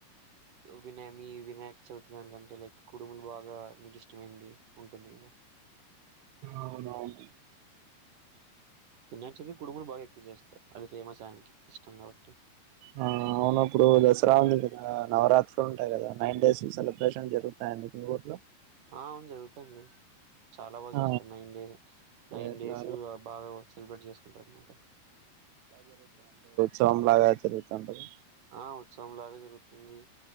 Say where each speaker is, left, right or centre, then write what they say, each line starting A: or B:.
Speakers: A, on the right; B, on the right.
A: వినాయ మీ వినాయక చవితి దానికంటే లైక్ కుడుములు బాగా మీకు ఇష్టమైంది ఉంటుంది
B: అవునవును
A: వినాయకచవితి కుడుములు బాగా ఎక్కువ చేస్తారు అది ఫేమస్ ఆయననికి ఇష్టం కాబట్టి
B: ఆ అవును ఇప్పుడు దసరా ఉంది కదా నవరాత్రులు ఉంటాయి కదా నైన్ డేస్ సెలబ్రేషన్ జరుగుతాయండి మీ ఊర్లో
A: ఆ అవును జరుగుతాండి చాలా బాగా
B: ఆ
A: చేస్తారు నైన్ డేస్ నైన్
B: ఎట్లా
A: డేస్ బాగా సెలబ్రేట్ చేసుకుంటారు అనమాట
B: ఉహాత్సవఓ లాగా జరుగుతుండది
A: ఆ ఉత్సవం లాగా జరుగుతుంది